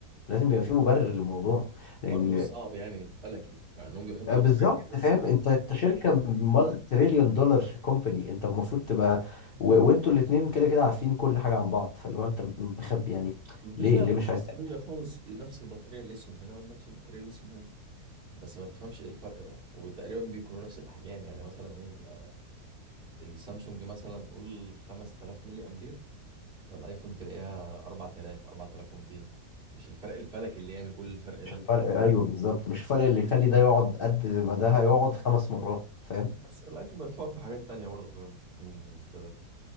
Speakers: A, on the left (about 55°); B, on the right (about 35°).
A: لازم يبقى في مبرر للموضوع
B: الحوار
A: لان
B: مش صعب يعني مش فلكي مع إنهم بيحطوا
A: آه،
B: بطارية
A: بالظبط
B: كتير بس
A: فاهم
B: أنا
A: انت انت شركه
B: ماشي.
A: مال- تريليون دولار كومباني انت المفروض تبقى و... وانتوا الاثنين كده كده عارفين كل حاجه عن بعض فاللي هو انت مخبي يعني
B: مفيش
A: ليه
B: لا
A: ليه
B: مفيش
A: مش عايز
B: تكنولوجيا
A: تعمل
B: خالص دي نفس البطارية الليثيوم هنا ونفس البطارية الليثيوم هنا بس ما تفهمش ايه الفرق بقى وتقريبا بيكونوا نفس الاحجام يعني مثلا ايه بيبقى السامسونج مثلا قول 5000 ملي امبير الايفون تلاقيها 4000 4200 مش الفرق الفلكي اللي يعمل كل الفرق ده
A: مش الفرق <laughs> ايوه بالظبط مش الفرق اللي يخلي ده يقعد قد ما ده هيقعد خمس مرات فاهم
B: بس الايفون بيتفوق في حاجات تانية برضه خلينا متفقين في ده